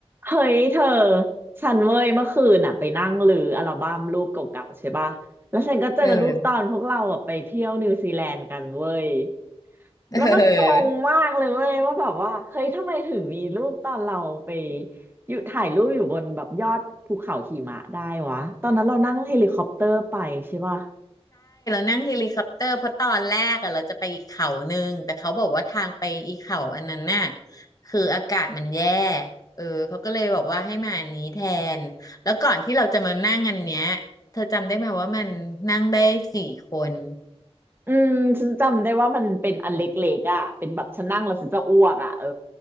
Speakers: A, on the right; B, on the left.
A: เฮ้ยเธอฉันเว้ยเมื่อคืนอ่ะไปนั่งรื้ออัลบั้มรูปเก่าๆใช่ปะแล้วฉันก็เจอรูปตอนพวกเราอ่ะไปเที่ยวนิวซีแลนด์กันเว้ย
B: เออ <laughs> เออ
A: แล้วมันงงมากเลยเว้ยว่าแบบว่าเฮ้ยทำไมถึงมีรูปตอนเราไปอยู่ถ่ายรูปอยู่บนแบบยอดภูเขาหิมะได้วะตอนนั้นเรานั่งเฮลิคอปเตอร์ไปใช่ปะ
B: นั่งเฮลิคอปเตอร์เพราะตอนแรกอะเราจะไปอีกเขาหนึ่งแต่เขาบอกว่าทางไปอีเขาอันนั้นน่ะคืออากาศมันแย่เออเขาก็เลยบอกว่าให้มาอันนี้แทนแล้วก่อนที่เราจะมานั่งอันเนี้ยเธอจำได้ไหมว่ามันนั่งได้สี่คน
A: อืมฉันจำได้ว่ามันเป็นอันเล็กๆอ่ะเป็นแบบฉันนั่งแล้วฉันจะอ้วกอ่ะเออ